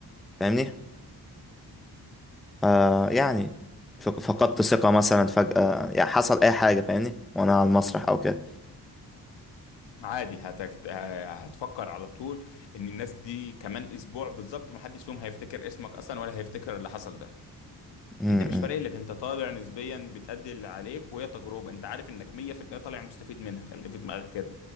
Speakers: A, in the centre; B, on the left.
A: فاهمني آه يعني فق- فقدت ثقة مثلا فجأة يعني حصل أي حاجة فاهمني وأنا على المسرح أو كده
B: عادي هتكت... ه- هتفكر على طول ان الناس دي كمان اسبوع بالظبط محدش فيهم هيفتكر اسمك اصلا ولا هيفتكر اللي حصل ده
A: م-
B: انت مش
A: م-
B: فارق لك انت طالع نسبيا بتأدي اللي عليك وهي تجربة انت عارف انك 100% طالع مستفيد منها خلي في دماغك كده